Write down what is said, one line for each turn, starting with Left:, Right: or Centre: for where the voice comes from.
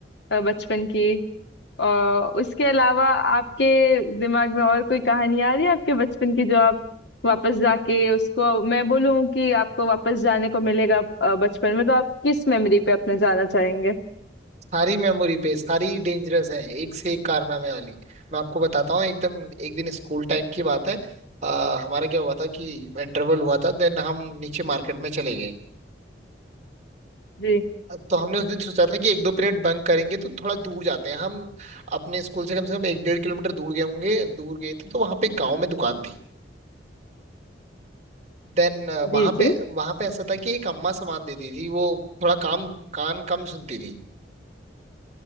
Left: अ, बचपन की और उसके अलावा आपके दिमाग में और कोई कहानी आ रही है आपके बचपन की जो आप वापस जाके उसको मैं बोलूं कि आपको वापस जाने को मिलेगा अ, बचपन में तो आप किस मेमोरी पे अपने जाना चाहेंगे
Right: सारी मेमोरी पे सारी डेंजरस है एक से एक कारनामे वाली मैं आपको बताता हूँ एकदम एक दिन स्कूल टाइम की बात है आ, हमारा क्या हुआ था कि इंटरवल हुआ था देन हम नीचे मार्केट में चले गए
Left: जी
Right: तो हमने उस दिन सोचा था कि एक दो पीरियड बंक करेंगे तो थोड़ा दूर जाते हैं हम अपने स्कूल से कम से कम एक डेढ़ किलोमीटर दूर गए होंगे दूर गए थे तो वहां पे एक गाँव में दुकान थी देन वहां
Left: जी जी
Right: पे वहां पे ऐसा था कि एक अम्मा सामान देती थी वो थोड़ा काम कान कम सुनती थी